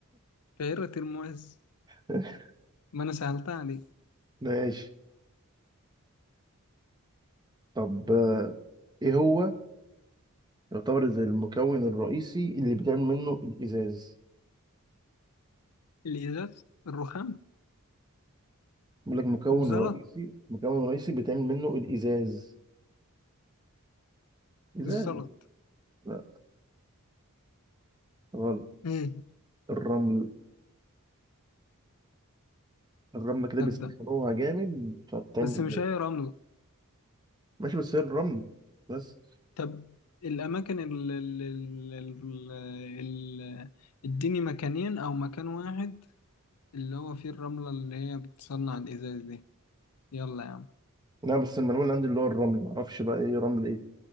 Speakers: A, on the left; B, on the right.
A: قاهرة المعز
B: <laughs>
A: ما انا سهلتها عليك
B: ماشي طب آه، ايه هو يعتبر زي المكون الرئيسي اللي بيتعمل منه الازاز
A: الإزاز الرخام
B: بيقول لك مكون
A: الزلط
B: رئيسي مكون رئيسي بيتعمل منه الازاز ازاز
A: الزلط
B: لا غلط
A: ايه
B: الرمل الرمل كده
A: طب
B: بيسخنوها
A: ده
B: جامد فبتعمل
A: بس
B: ازاز
A: مش اي رمل
B: ماشي بس هي الرمل بس
A: طب الأماكن ال ال ال ال ال- اديني مكانين أو مكان واحد اللي هو فيه الرملة اللي هي بتصنع الإزاز دي يلا يا عم
B: لا بس المعلومه اللي عندي اللي هو الرمل معرفش بقى ايه رمل ايه